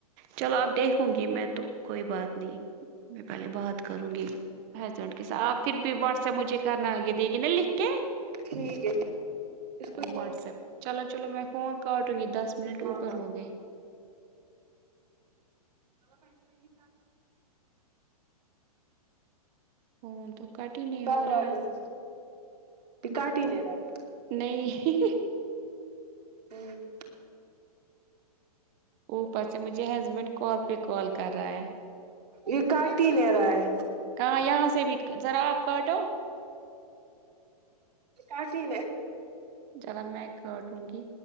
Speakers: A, on the right; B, on the right.
A: چلو آپ دیکھوں گی میں تو کوئی بات نہیں میں پہلے بات کروں گی ہسبینڈ کے ساتھ آپ پھر بھی واٹس ایپ مجھے کرنا دے گی نا لکھ کے
B: ٹھیک ہے ٹھیک ہے اس کو یہ
A: واٹس ایپ چلو چلو میں فون کر دوں گی دس منٹ
B: ہاں
A: اوپر
B: ہاں
A: ہو گئے
B: مطلب پہنی می
A: فون تو کٹ ہی نہیں
B: کاٹ
A: ہو رہا
B: آف
A: ہے
B: وہیں سے کاٹ ہی نہیں رہا ہے
A: نہیں
B: ہوں
A: اوپر سے مجھے ہسبینڈ کال پہ کال کر رہا ہے
B: یہ کاٹ ہی نہیں رہا ہے
A: کہاں یہاں سے بھی ذرا آپ کاٹو
B: کاٹی
A: جل میں ایکٹوں گی